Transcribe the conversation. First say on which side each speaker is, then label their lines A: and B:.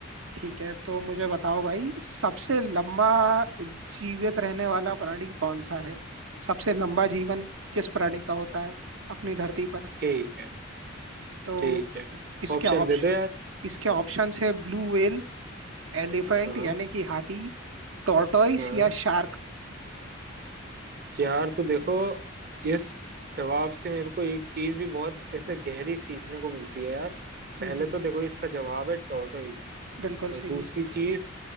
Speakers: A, on the right (about 75°); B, on the right (about 50°).
A: ठीक है तो मुझे बताओ भाई सबसे लंबा जीवित रहने वाला प्राणी कौन सा है सबसे लंबा जीवन किस प्राणी का होता है अपनी धरती पर
B: ठीक है
A: तो
B: ठीक है
A: इसके
B: ऑप्शन
A: ऑप्शन
B: दे दो यार
A: इसके ऑप्शंस है ब्लू व्हेल एलिफेंट
B: हाँ
A: यानी कि हाथी टॉर्टोइस
B: हाँ
A: या शार्क
B: यार तो देखो इस जवाब से मेरे को एक चीज भी बहुत ऐसे गहरी सीखने को मिलती है यार पहले
A: हम्म,
B: तो देखो इसका जवाब है टॉर्टोइज
A: बिल्कुल
B: और
A: सही
B: दूसरी चीज